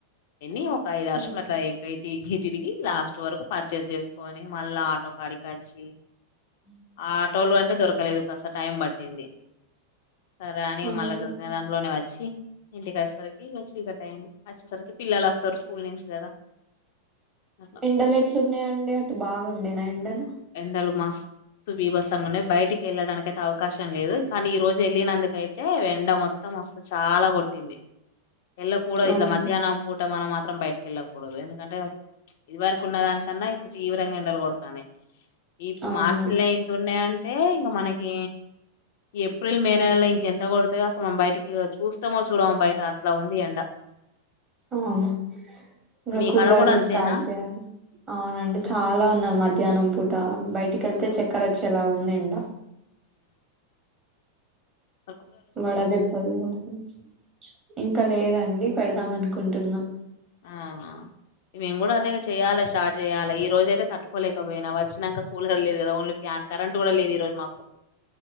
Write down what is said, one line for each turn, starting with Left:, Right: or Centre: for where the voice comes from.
Left: ఎన్ని ఒక అయిదారు
Right: అవును
Left: షూ లు అట్ల ఎక్కి తిరిగి తిరిగి, లాస్ట్ వరకు పర్చేస్ చేసుకొని, మళ్ళా ఆటో కాడికి అచ్చి,
Right: హ
Left: ఆటోలో అంటే దొరకలేదు కాస్త టైం పట్టింది. సరే అని
Right: అవును.
Left: మళ్ళ దొరికిన దాంట్లోనే వ చ్చి ఇంటికి వచ్చేసరికి ఇక చీకటయింది. వచ్చేసరికి పిల్లలస్తారు ఇగ స్కూల్ నుంచి కదా! అట్లా
Right: ఎండలు ఎట్లున్నాయండి? అటు బాగుండేనా ఎండలు?
Left: ఎండలు మస్తు బీభసంగ ఉన్నాయి. బయటికెళ్ళడానికి అయితే అవకాశం లేదు. కానీ, ఈ రోజు వెళ్ళినందుకయితే, ఎండ మొత్తం మస్తు చాల కొట్టింది. ఎల్ల కూడద్, ఇట్ల
Right: అవును
Left: మధ్యాహ్నం పూ ట మనం మాత్రం బయటకెళ్ళకూడదు. ఎందుకంటే, ఇది వరకు ఉన్న దానికన్న ఇప్పుడు తీవ్రంగా ఎండలు కొడతాన్నాయి. ఇప్పుడు
Right: అవును
Left: మార్చిల్లె ఇంతున్నాయ్ అంటే, ఇంగ మనకి ఏప్రిల్ మే నెలలో ఇంకెంత కొడుతయో, అసలు మనం బయటికి చూస్తమో, చూడమో బయట అట్ల ఉంది ఎండ.
Right: అవును ఇంక
Left: మీ
Right: కూలర్లు
Left: కాడ కూడా అంతేనా
Right: స్టార్ట్ చేయాలి. అవునండి చాలా ఉన్నా మధ్యాహ్నం పూట బయటికెళ్తే చక్కెర వచ్చేలాగుంది ఎండ.
Left: మ్
Right: వడదెబ్బలు కొడుతుంది. ఇంకా లేదండి పెడదాం అనుకుంటున్నాం.
Left: ఆ మేము కూడా అదే గ చెయాల. స్టార్ట్ చేయాల. ఈ రోజయితే, తట్టుకోలేకపోయినా వచ్చినంక. కూలర్ లేదు కదా ఓన్లీ ఫ్యా కరెంట్ కూడ లేదు ఈ రోజు మాకు.